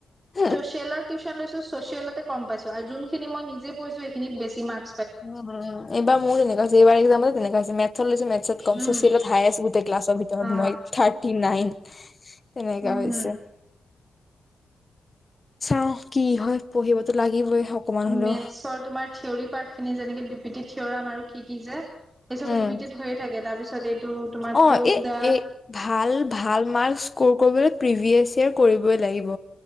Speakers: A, on the left; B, on the right.
A: উম
B: চচিয়েলৰ টিউছন লৈছোঁ চচিয়েলতে কম পাইছো আৰু যোনখিনি মই নিজে পঢ়িছো সেইখিনিত বেছি মাৰ্ক
A: উম, এইবাৰ মোৰো তেনেকুৱা হৈছে, এইবাৰ এক্সামতে তেনেকুৱা হৈছে মেট টিউচন লৈছো মেটচত কম
B: উম
A: চচিলত হায়েষ্ট গোটেই ক্লাছৰ ভিতৰত
B: অ
A: মই থাৰ্টি নাইন, তেনেকা
B: উম
A: হৈছে। চাও কি হয় পঢ়িবতো লাগিবই। অকমান হলেও
B: মেথছৰ তোমাৰ থিয়ৰী পাৰ্ট খিনি যেনেকে বিপি থিয়ৰাম আৰু কি কি যে চব
A: উম,
B: ৰিপিটেড হৈয়ে থাকে তাৰপিছত এইটো তোমাৰ
A: অঁ
B: প্ৰুভ
A: এ
B: দা
A: এ ভাল ভাল মাৰ্ক স্কৰ কৰিবলৈ প্ৰিভিয়েছ য়াৰ কৰিব লাগিব।